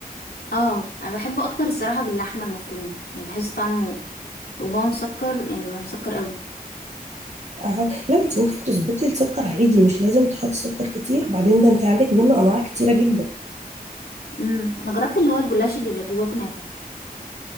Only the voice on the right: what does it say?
اهو لا انت ممكن تظبطي السكر عادي مش لازم تحطي سكر كتير وبعدين ده انت عندك منه انواع كتيره جدا